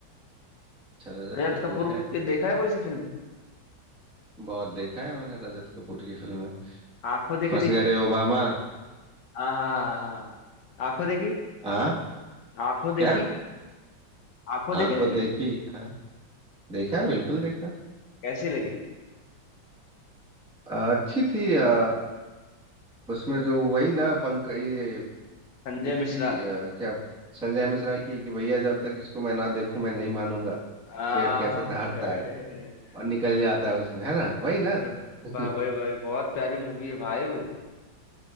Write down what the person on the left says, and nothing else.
रजत
कपूर
के देखा है कोई सी फिल्म
आंखों देखी
देखी
हाँ हाँ हाँ आंखों देखी
आंखों देखी
आंखों
देखी नहीं देखी
कैसी लगी
संजय
मिश्रा
आ
भाई
अरे भाई
भाई भाई बहुत प्यारी मूवी है भाई वो